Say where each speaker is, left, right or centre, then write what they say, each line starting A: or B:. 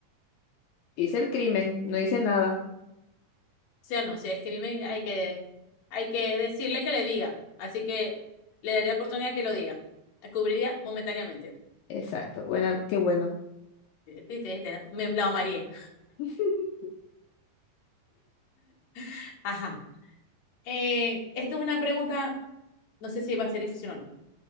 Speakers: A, on the left; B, on the left.
A: Dice el crimen, no dice nada.
B: Si O sea, no, si es crimen, hay que, hay que decirle que le diga. Así que le daría oportunidad que lo diga. La cubriría momentáneamente.
A: Exacto, buena, qué bueno.
B: Viste, viste, Me la mareé.
A: <laughs>
B: <laughs> Ajá. Eh, esto es una pregunta, no sé si va a ser difícil o no.